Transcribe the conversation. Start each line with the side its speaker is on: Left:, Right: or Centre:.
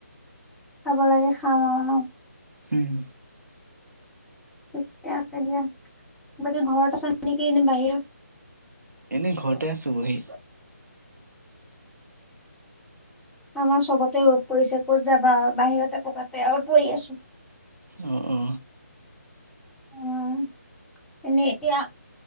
Centre: চাব লাগে চাম আৰু ন?
Right: উম।
Centre: ঠিকে আছে দিয়া, বাকী ঘৰতে চান নেকি নে বাহিৰত?
Right: এনেই ঘৰতে আছোঁ বহি।
Centre: আমাৰ চবতে গ পৰিছে ক'ত যাবা বাহিৰতে পকাতে আৰু পৰি আছো।
Right: অ অ।
Centre: উম এনে এতিয়া